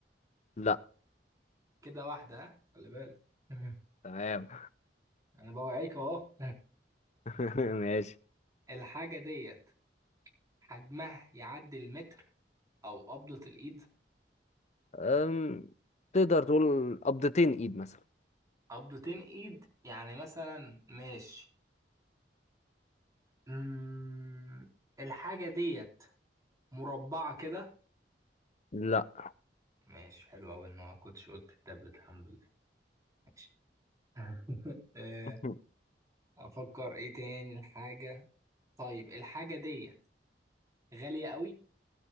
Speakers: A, on the left; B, on the right.
A: لا
B: كده واحدة ها خلي بالك <laughs>
A: تمام
B: أنا بوعيك أهو
A: <laughs> ماشي
B: <laughs> الحاجة ديت حجمها يعدي المتر أو قبضة الإيد
A: أم... تقدر تقول قبضتين ايد مثلا
B: قبضتين إيد يعني مثلا ماشي أمم، الحاجة ديت مربعة كده
A: لا
B: ماشي حلو أوي إن ما كنتش قلت التابلت الحمد لله ماشي <laughs> آه،
A: <laughs>
B: أفكر إيه تاني الحاجة طيب الحاجة ديت غالية أوي